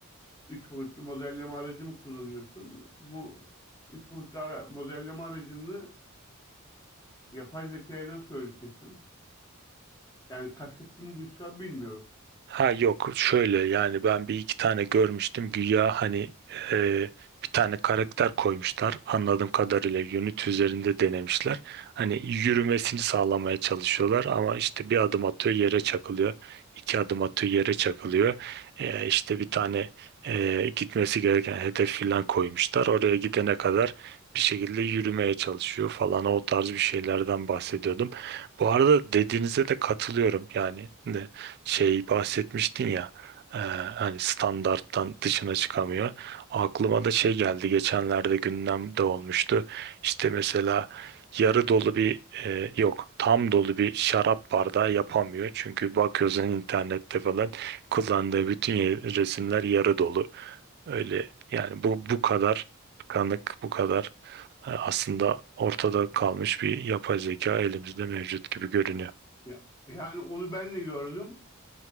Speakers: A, on the left; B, on the right.
A: üç boyutlu modelleme aracı mı kullanıyorsun? Bu üç boyutlu ara- modelleme aracını yapay zekaya nasıl öğretirsin? Yani kastettiğim buysa bilmiyorum.
B: Ha yok şöyle yani ben bir iki tane görmüştüm güya hani e, bir tane karakter koymuşlar anladığım kadarıyla unit üzerinde denemişler. Hani yürümesini sağlamaya çalışıyorlar ama işte bir adım atıyor yere çakılıyor iki adım atıyor yere çakılıyor. E, işte bir tane e, gitmesi gereken hedef filan koymuşlar oraya gidene kadar bir şekilde yürümeye çalışıyor falan o tarz bir şeylerden bahsediyordum. Bu arada dediğinize de katılıyorum yani şey bahsetmiştin ya e, hani standarttan dışına çıkamıyor. Aklıma da şey geldi geçenlerde gündemde olmuştu. İşte mesela yarı dolu bir e, yok tam dolu bir şarap bardağı yapamıyor. Çünkü bakıyorsun internette falan kullandığı bütün ye- resimler yarı dolu. Öyle yani bu bu kadar kanık bu kadar e, aslında ortada kalmış bir yapay zeka elimizde mevcut gibi görünüyor.
A: Ya, yani onu ben de gördüm.